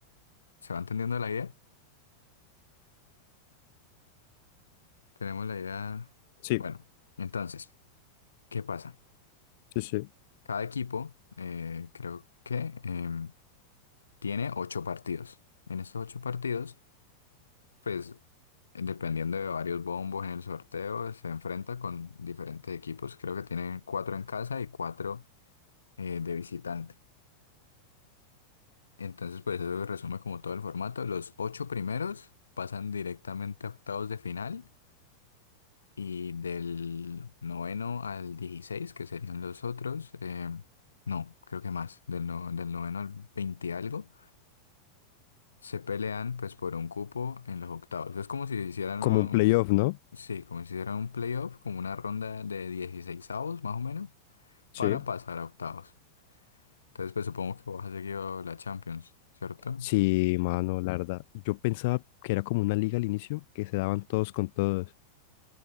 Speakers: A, on the left (about 75°); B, on the left (about 50°).
A: ¿Se va entendiendo la idea? Tenemos la idea.
B: Sí,
A: Bueno, entonces, ¿qué pasa?
B: sí, sí.
A: Cada equipo, eh, creo que em, tiene ocho partidos. En estos ocho partidos, pues, dependiendo de varios bombos en el sorteo, se enfrenta con diferentes equipos. Creo que tienen cuatro en casa y cuatro eh, de visitante. Entonces, pues, eso resume como todo el formato. Los ocho primeros pasan directamente a octavos de final Y del noveno al 16 que serían los otros, eh, no, creo que más, del, no- del noveno al 20 y algo, se pelean pues por un cupo en los octavos. Es como si hicieran
B: Como
A: un,
B: un playoff, ¿no?
A: sí, como si hicieran un playoff, como una ronda de 16avos más o menos,
B: Sí.
A: para pasar a octavos. Entonces pues supongo que vos has seguido la Champions, ¿cierto?
B: Sí, mano, la verdad. Yo pensaba que era como una liga al inicio, que se daban todos con todos.